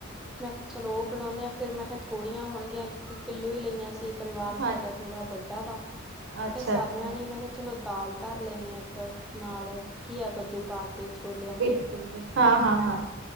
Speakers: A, in the centre; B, on the right.
A: ਮੈਂ ਕਕੇਆ ਚਲੋ, ਓ ਬਣਾਉਂਨੇ ਆ ਫੇਰ ਮੈਂ ਕੇਆ ਥੋੜੀਆਂ ਹੋਣਗੀਆਂ ਕਿਉਂਕਿ ਕਿੱਲੋ ਈਂ ਲਈਆਂ ਸੀ। ਪਰਿਵਾਰ ਸਾਡਾ
B: ਹਾਂਜੀ,
A: ਥੋੜਾ ਵੱਡਾ ਵਾ, ਮੈਂ
B: ਅੱਛਾ,
A: ਕੇਆ ਸਰਨਾ
B: ਅੱਛਾ,
A: ਨੀ ਮੈਂ ਕੇਆ ਚਲੋ, ਦਾਲ ਧਰ ਲੈਂਨੇ ਆਂ ਇੱਕ ਨਾਲ ਕੀਆ ਕੱਦੂ। ਪਾ ਕੇ ਛੋਲਿਆਂ ਦੀ
B: ਬਿਲਕੁਲੁ ਹਾਂ-ਹਾਂ-ਹਾਂ।